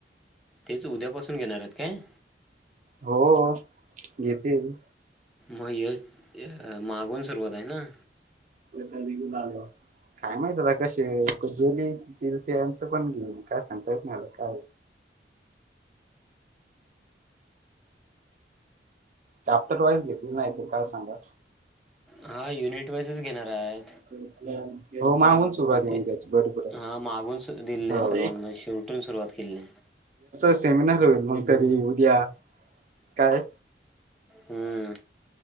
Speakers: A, in the centre; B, on the right (about 45°).
A: तेच उद्यापासून घेणार आहेत काय?
B: हो घेतील.
A: मग <unintelligible> मागून सुरुवात आहे ना.
B: <unintelligible> काय माहित आता कशी गेली. <unintelligible> काय सांगता येत नाही काय चॅप्टर वाईज घेतली नाही तर एक एका सांगा.
A: हा युनिट वाइजच घेणार आहे.
B: <unintelligible> हो मागून सुरुवात होईल
A: ते
B: त्याची <unintelligible> बरोबर आहे.
A: हा मागून सु दिलेलं आहे
B: हो..
A: सर्वांना म्हणजे शेवटून सुरुवात केलेली आहे.
B: सेमिनार होईल मग कधी उद्या काय?
A: हम्म.